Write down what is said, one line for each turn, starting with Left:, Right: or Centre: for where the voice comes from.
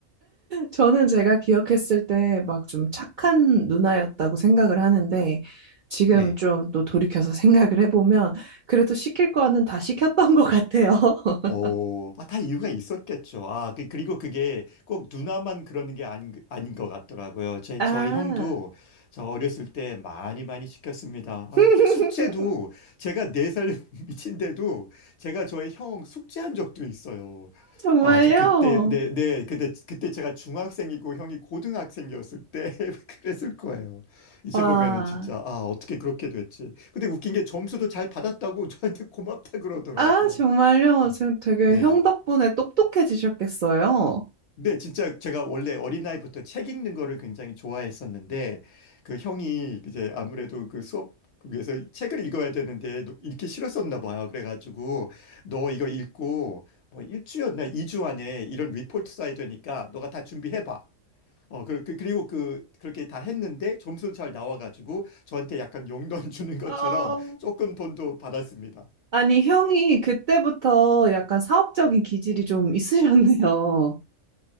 Right: 저는 제가 기억했을 때 막 좀 착한 누나였다고 생각을 하는데 지금
Left: 네.
Right: 좀 또 돌이켜서 <laughs> 생각을 해보면 그래도 시킬 거는 다 시켰던 것 같아요. <laughs>
Left: 어, 아, 다 이유가 있었겠죠. 아, 그, 그리고 그게 꼭 누나만 그러는 게 아닌, 아닌 것 같더라고요. 제,
Right: 아,
Left: 저의 형도 저 어렸을 때 많이 많이 시켰습니다.
Right: <laughs>
Left: 아, 저 숙제도 제가 네 살 <laughs> 미친데도 제가 저의 형 숙제한 적도 있어요.
Right: 정말요?
Left: 아, 저 그때, 네, 네, 그때, 그때 제가 중학생이고 형이 고등학생이었을 때 <laughs> 그랬을 거예요. 이제
Right: 와,
Left: 보면은 진짜, 아, 어떻게 그렇게 됐지. 근데 웃긴 게 점수도 잘 받았다고 저한테 고맙다 그러더라고요.
Right: 아, 정말요?
Left: 아,
Right: 지금 되게
Left: 네.
Right: 형 덕분에 똑똑해지셨겠어요?
Left: 근데 진짜 제가 원래 어린나이부터 책 읽는 거를 굉장히 좋아했었는데, 그 형이 이제 아무래도 그 수업 위해서 책을 읽어야 되는데 노- 읽기 싫었었나 봐요. 그래가지고, 너 이거 읽고 뭐 일주였나 이주 안에 이런 리포트 써야 되니까 너가 다 준비해봐. 어, 그, 그- 그리고 그, 그렇게 다 했는데 점수 잘 나와가지고 저한테 약간 용돈 <laughs> 주는 것처럼
Right: 어,
Left: 조금 돈도 받았습니다.
Right: 아니, 형이 그때부터 약간 사업적인 기질이 좀 있으셨네요.